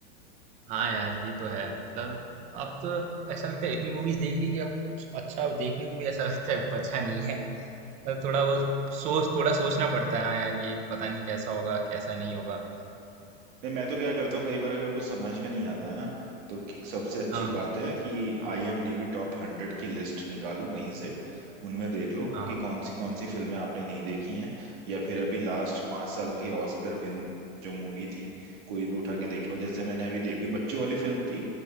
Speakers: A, on the right; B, on the right.
A: हाँ यार ये तो है मतलब अब तो ऐसा लगता है इतनी मूवीज देख ली कि अब कुछ अच्छा देखने को भी ऐसा लगता है बचा नहीं है अब थोड़ा वो सोच थोड़ा सोचना पड़ता है हाँ यार ये पता नहीं कैसा होगा कैसा नहीं होगा
B: नहीं मैं तो क्या करता हूँ कई बार अगर कुछ समझ में नहीं आता है ना तो कि- सबसे अच्छी
A: हाँ
B: बात है कि आईएमडीबी टॉप हंड्रेड की लिस्ट निकालो कहीं से उनमें देख लो
A: हाँ
B: कि कौन सी कौन सी फिल्में आपने नहीं देखी हैं या फिर अभी लास्ट पांच साल की ऑस्कर विन जो मूवी थी कोई भी उठा के देख लो जैसे मैंने अभी देखी बच्चों वाली फिल्म थी